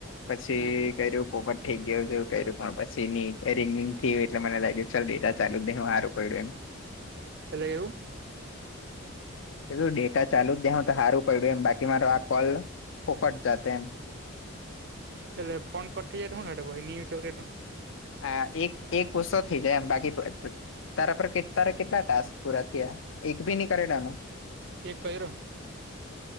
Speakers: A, on the left (about 70°); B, on the right (about 50°).
A: પછી
B: હમ હમ
A: કર્યું પોપટ ઠીક ગયયોું જેવું કર્યું પણ પછી ની રિંગિંગ થય એટલે મને લાગે ચાલ ડેટા ચાલુ જ ન હું સારું પડ્યું એમ
B: એટલે એવું
A: એું ડેટા ચાલુ જ દે હ તો સારું પડ્યું એમ બાકી મારો આ કોલ ફોકટ જતો એમ
B: એટલે ફન કરી હ ચલેટ
A: હા એક એક વષો થઈ જાય એમ બાકી તારા પર તારે કેટલા ટાસ્ક પૂરા થયા એક ભી નની કરેલાનું
B: એકર